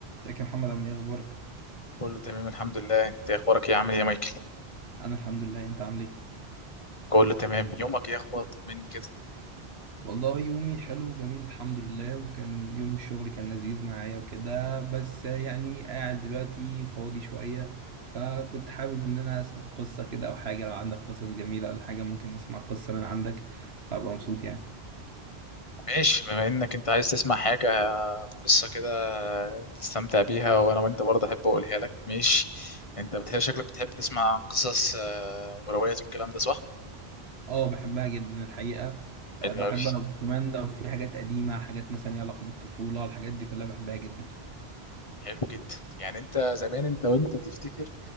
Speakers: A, on the right; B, on the left.
A: ازيك يا محمد عامل ايه اخبارك
B: كله تمام الحمد لله انت اخبارك ايه عامل ايه يا مايكل
A: انا الحمد لله انت عامل ايه
B: كله تمام يومك ايه اخبار طمني كده
A: والله يومي حلو وجميل الحمد لله وكان يوم الشغل كان لذيذ معايا وكده بس يعني قاعد دلوقتي فاضي شوية فكنت حابب ان انا اسمع قصة كده او حاجة لو عندك قصص جميلة ولا حاجة ممكن اسمع قصة من عندك فابقى مبسوط يعني
B: ماشي بما انك انت عايز تسمع حاجه قصه كده تستمتع بيها وانا وانت برضه احب اقولها لك ماشي انت بتحب شكلك بتحب تسمع قصص آه، وروايات والكلام ده صح
A: اه بحبها جدا الحقيقة أه،
B: حلو
A: بحبها
B: قوي
A: كمان لو في حاجات قديمة حاجات مثلا ليها علاقة بالطفولة الحاجات دي كلها بحبها جدا
B: حلو جدا يعني انت زمان انت وانت تفتكر